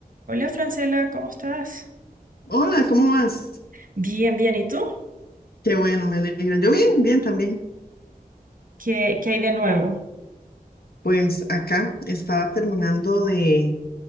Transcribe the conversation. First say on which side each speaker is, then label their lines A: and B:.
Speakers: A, on the right; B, on the left.
A: Hola Francela, ¿cómo estás?
B: Hola, ¿cómo vas?
A: Bien, bien. ¿Y tú?
B: Qué bueno, me alegra. Yo bien, bien también.
A: ¿Qué, qué hay de nuevo?
B: Pues acá estaba terminando de,